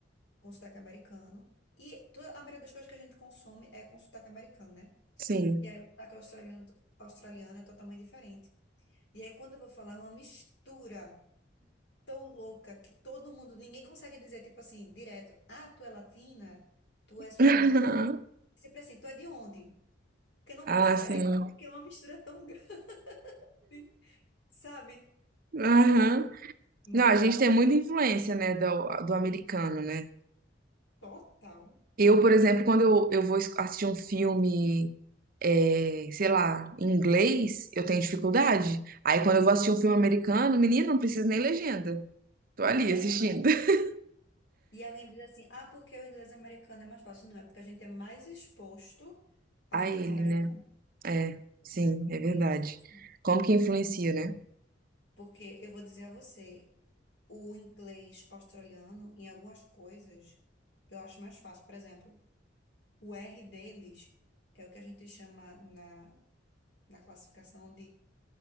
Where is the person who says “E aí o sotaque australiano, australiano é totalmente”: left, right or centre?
Left